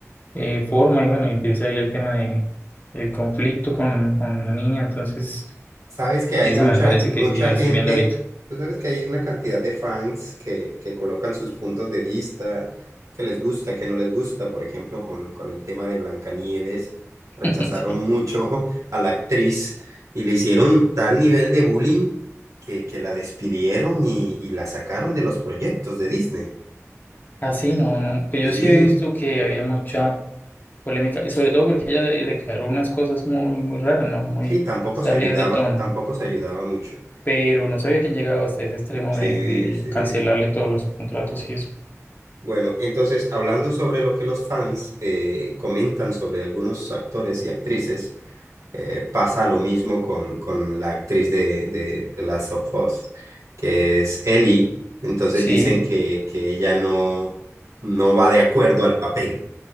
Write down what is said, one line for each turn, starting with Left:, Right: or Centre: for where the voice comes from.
Left: eh, forma y bueno, empieza ahí el tema de el conflicto con, con la niña. Entonces,
Right: Sabes que hay
Left: esa
Right: mucha,
Left: me parece que
Right: mucha
Left: ya la
Right: gente,
Left: estoy viendo ahorita.
Right: tú sabes que hay una cantidad de fans que, que colocan sus puntos de vista, que les gusta, que no les gusta. Por ejemplo, con, con el tema de Blancanieves, rechazaron
Left: <laughs> Sí.
Right: mucho <laughs> a la actriz y le hicieron tal nivel de bullying que, que la despidieron y, y la sacaron de los proyectos de Disney.
Left: Así no, no. Pues yo
Right: Sí,
Left: sí he visto que había mucha polémica, y sobre todo porque ella eh, declaró unas cosas muy, muy raras, ¿no? Muy
Right: sí, tampoco
Left: salidas
Right: se ayudaba,
Left: de tono.
Right: tampoco se ayudaba mucho.
Left: Pero no sabía que han llegado hasta ese extremo
Right: Sí,
Left: de, de
Right: sí.
Left: cancelarle todos los contratos y eso.
Right: Bueno, entonces, hablando sobre lo que los fans eh, comentan sobre algunos actores y actrices, eh, pasa lo mismo con, con la actriz de, de, de Last of Us, que es Ellie. Entonces
Left: Sí,
Right: dicen que, que ella no, no va de acuerdo al papel.